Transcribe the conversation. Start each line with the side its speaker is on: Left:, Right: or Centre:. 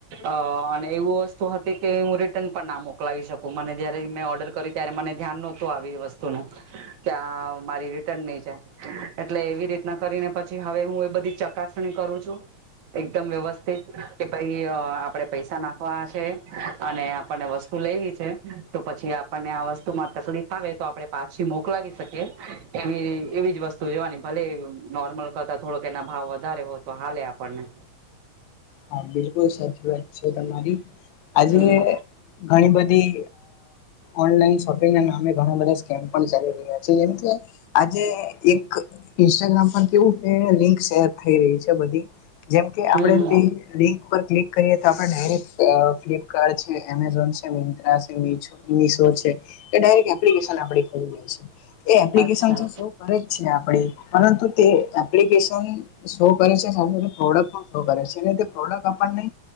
Right: અ અને એવું વસ્તુ કે હું રિટર્ન પણ ના મોકલાવી શકું મને જયારે મેં ઓર્ડર કર્યું ત્યારે મને ધ્યાન નહોતું આવે એ વસ્તુ ન. ત્યાં મારી રિટર્ન નહી જાય. એટલે એવી રીતના કરીને પછી હવે હું એ બધી ચકાસણી કરું છું. એકદમ વ્યવસ્થિત, કે ભાઈ આપડે પૈસા નાખવા છે. અને આપણને વસ્તુ લેવી છે, તો પછી આપણને આ વસ્તુ માં તકલીફ આવે. આપણે પાછી મોકલાવી શકીએ, એવી એવી જ વસ્તુ જોવાની ભલે નોર્મલ કરતા થોડોક એના ભાવ વધારે હોય તો હાલે આપણને.
Left: હા બિલકુલ સાચી વાત છે તમારી,
Right: હમ
Left: આજે ઘણી બધી ઓનલાઈન શોપિંગ ના નામે ઘણા બધાકીમ પણ ચાલી રહ્યા છે જેમ. આજે એક ઇન્સ્ટાગ્રામ પર કેવું કે લિંક શેર થઈ રહી છે બધી. જેમ કે
Right: હમ
Left: આપડે
Right: હમ
Left: તે લિંક પર ક્લિક કરીએ તો આપણે ડાયરેક્ટ ફ્લિપકાર્ટ છે એમેઝોન છે મિંત્રા છે મીચો. મશો છે, એ ડાયરેક્ટ એપ્લિકેશન આપ ખોલીએ છી. એ એપ્લિકેશન
Right: અચ્છા
Left: તો શૌ કરે જ છે આપણે. પરંતુ તે એપ્લિકેશન શો કરે છે, સાથે સાથે પ્રોડક્ટ પણ શો કરે છે. પ્રોડક્ટ આપણને